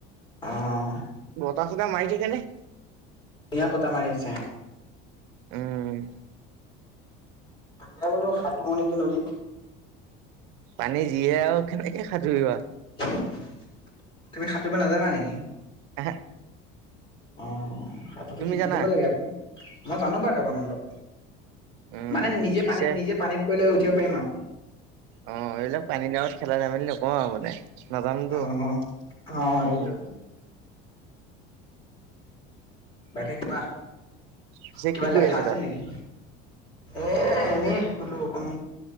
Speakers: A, on the left; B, on the right.
A: অহ'।
B: বতাহ ছটাহ মাৰি থাকে নে?
A: ধুনীয়া বতাহ মাৰি আছে।
B: উম।
A: তাকে বোলো সাঁতোৰ নেকি নদীত।
B: পানী যিহে আৰু কেনেকৈ সাঁতুৰিবা?
A: তুমি সাঁতুৰিব নাজানা নেকি?
B: এহে।
A: অ' সাতোটো শিকি
B: জানা?
A: ল'ব লাগে আকৌ। মই জানো বাৰু অলপ অলপ।
B: উম
A: মানে নিজে
B: পিছে
A: পানীত, নিজে পানীত পৰি লৈ উঠিব পাৰিম আৰু।
B: অ এইবিলাক পানী গাঁৱত খেলা ধেমালি নকওঁ আৰু মানে। নাজানোতো
A: আৰু অ অ
B: উম।
A: সেইটো বাকি কোৱা।
B: পিছে
A: কিবা
B: কি
A: লেঠা
B: কৰি আছ
A: আছিল
B: তাত।
A: নেকি এ এনেই বোলো অকণ।